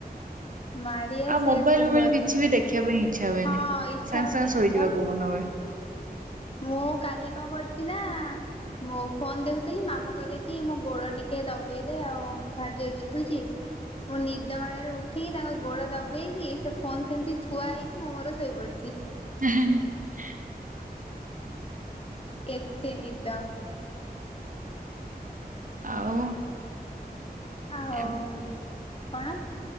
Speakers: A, on the left; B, on the right.
A: ମାଡି ଆସେ
B: ଆଉ ମୋବାଇଲ
A: କୁହନି
B: ଫୋବାଇଲ କିଛି ବି ଦେଖିବା ପାଇଁ ଇଚ୍ଛା ହୁଏନି
A: ହଁ ଇଚ୍ଛା
B: ସାଙ୍ଗେ
A: ହୁଏନି
B: ସାଙ୍ଗେ ଶୋଇଯିବାକୁ
A: ପା
B: ମନ ହୁଏ।
A: ମୁଁ କାଲି କଣ କରିଚି ନା ମୋ ଫୋନ ଦେଖୁଥିଲି ମାମା କହିଲେ କି ମୋ ଗୋଡ ଟିକେ ଦବେଇ ଦେ ଆଉ ଭାରି ଯୋରେ ବିନ୍ଧୁଛି ମୁଁ ନିଦ ମାଇଳାରୁ ଉଠିକି ତାଙ୍କ ଗୋଡ ଦବେଇକି ସେ ଫୋନ ସେମିତି ଥୁଆ ହେଇଛି ମୁଁ ମୋର ଶୋଇପଡି ଚି।
B: <inaudible>
A: ଏତେ ନିଦ।
B: ଆଉ।
A: ଆଉ
B: ଏ
A: କଣ?